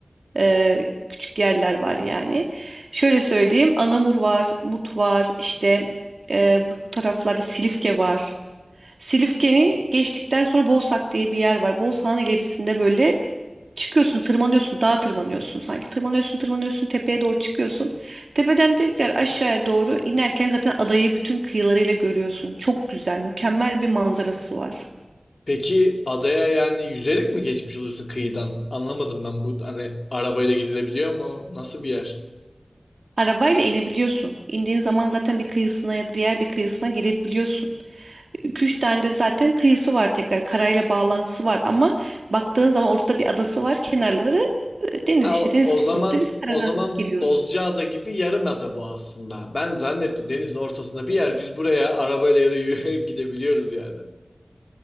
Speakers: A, on the right (about 80°); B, on the left (about 65°).
A: e, küçük yerler var yani. Şöyle söyleyeyim Anamur var, Mut var işte e, bu taraflarda Silifke var. Silifke'ni geçtikten sonra Boğsak diye bir yer var. Boğsak'ın ilerisinde böyle çıkıyorsun, tırmanıyorsun, dağa tırmanıyorsun sanki. Tırmanıyorsun, tırmanıyorsun, tepeye doğru çıkıyorsun. Tepeden tekrar aşağıya doğru inerken zaten adayı bütün kıyılarıyla görüyorsun. Çok güzel, mükemmel bir manzarası var.
B: Peki adaya yani yüzerek mi geçmiş oluyorsun kıyıdan? Anlamadım ben bu hani arabayla gidilebiliyor mu? Nasıl bir yer?
A: Arabayla inebiliyorsun. İndiğin zaman zaten bir kıyısına ya da diğer bir kıyısına girebiliyorsun. 2-3 tane de zaten kıyısı var tekrar. Karayla bağlantısı var ama baktığın zaman ortada bir adası var. Kenarları e, deniz
B: Ha,
A: işte.
B: o,
A: Deniz
B: o
A: kıyıları
B: zaman
A: biz karadan
B: o zaman
A: giriyoruz.
B: Bozcaada gibi yarımada bu aslında. Ben zannettim denizin ortasında bir yer biz buraya arabayla ya da yürüyerek <laughs> gidebiliyoruz yani.